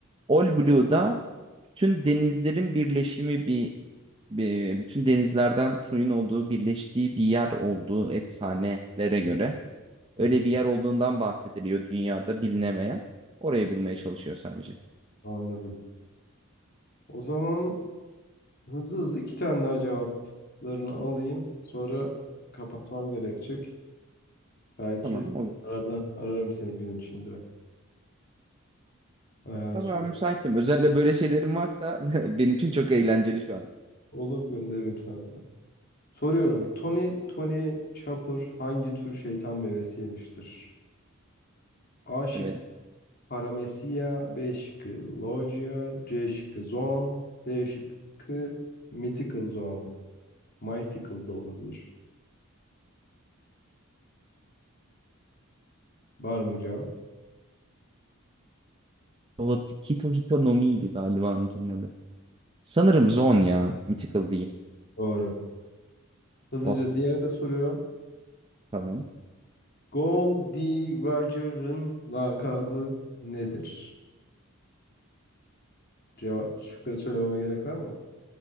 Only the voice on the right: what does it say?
All Blue'da bütün denizlerin birleşimi bir e, bütün denizlerden suyun olduğu birleştiği bir yer olduğu efsanelere göre öyle
bir yer olduğundan bahsediliyor dünyada bilinemeyen. Orayı bulmaya çalışıyor sadece.
Tamam olur.
Ya
Ben müsaitim. Özellikle böyle şeylerim varsa <laughs> benim için çok eğlenceli şu an.
Evet.
O Hito Hito no Mi'ydi galiba onunkinin adı. Sanırım Zon ya. Mythical değil.
Oh
tamam.